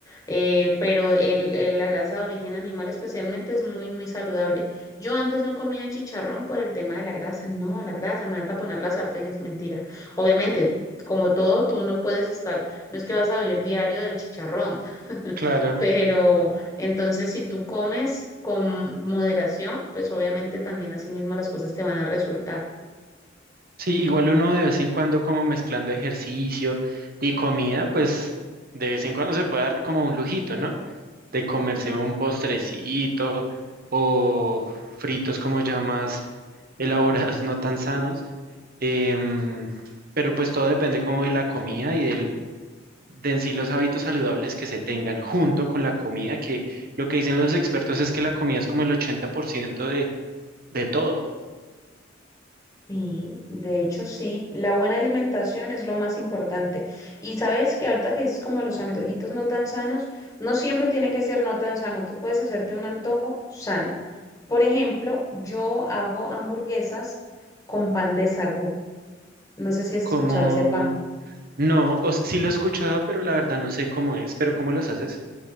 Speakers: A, on the left; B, on the right.
A: Eh, pero el, eh, la grasa de origen animal especialmente es muy, muy saludable. Yo antes no comía chicharrón por el tema de la grasa. No, la grasa me va a taponar las arterias. Mentira. Obviamente, como todo, tú no puedes estar, no es que vas a vivir diario del chicharrón, <laughs>
B: Claro.
A: pero entonces si tú comes con moderación, pues obviamente también así mismo las cosas te van a resultar.
B: Sí, igual uno de vez en cuando como mezclando ejercicio y comida, pues de vez en cuando se puede dar como un lujito, ¿no? De comerse un postrecito o fritos como ya más elaborados, <laughs> no tan sanos. Em, pero pues todo depende como de la comida y del de en sí los hábitos saludables que se tengan junto con la comida, que lo que dicen los expertos es que la comida es como el 80% de, de todo.
A: Sí, de hecho sí, la buena alimentación es lo más importante. Y sabes que ahorita que dices como los antojitos no tan sanos, no siempre tiene que ser no tan sano, tú puedes hacerte un antojo sano. Por ejemplo, yo hago hamburguesas con pan de sagú. No sé si has
B: Como,
A: escuchado ese pan.
B: no, o s- sí lo he escuchado, pero la verdad no sé cómo es, pero ¿cómo los haces?